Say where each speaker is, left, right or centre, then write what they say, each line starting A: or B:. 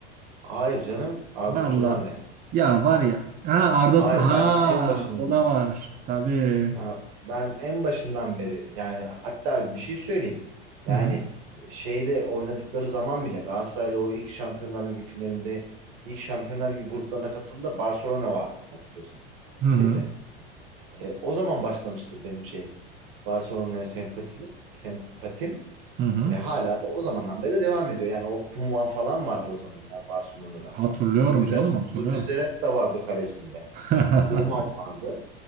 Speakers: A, on the right (about 60°); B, on the right (about 30°).
A: Hayır canım Arda
B: Valla
A: Turan de.
B: ya var ya. Ha Arda
A: Hayır
B: Tu- ha
A: ben en başından
B: o da var. Tabii.
A: Aa, Ben en başından beri yani hatta bir şey söyleyeyim. Yani
B: Hı hı.
A: şeyde oynadıkları zaman bile Galatasaray'la o ilk Şampiyonlar Ligi finalinde ilk Şampiyonlar Ligi gruplarına katıldığında Barcelona vardı hatırlıyorsan.
B: Hı
A: Şeyde.
B: hı.
A: E, o zaman başlamıştır benim şeyim. Barcelona'ya sempatizm, sempatim
B: Hı hı.
A: E, hala da o zamandan beri de devam ediyor. Yani o Koeman falan vardı o zamanlar Barcelona'da.
B: Hatırlıyorum
A: Zubida-
B: canım hatırlıyorum.
A: Zubizarreta da vardı kalesinde.
B: <laughs>
A: Koeman vardı.